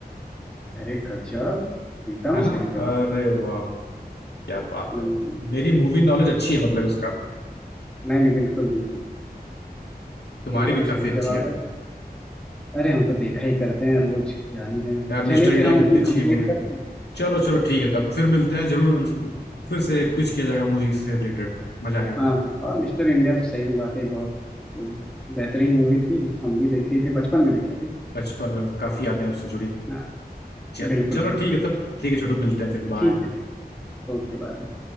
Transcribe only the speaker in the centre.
अरे गजब एकदम
सही जवाब
हम्म,
नहीं नहीं बिल्कुल बिल्कुल
एकदम
सही
जवाब
है अरे हम तो देखा ही करते हैं रोज जान ही रहे हैं
चलिए फिर
हम
अपनी
कंप्लीट
करते हैं
हाँ हाँ और मिस्टर इंडिया तो सही में वाकई बहुत मतलब, बेहतरीन मूवी थी हम भी देखे ही थे बचपन में देखे थे
हाँ
बिल्कुल
बिल्कुल
ठीक है ठीक ओके बाय बाय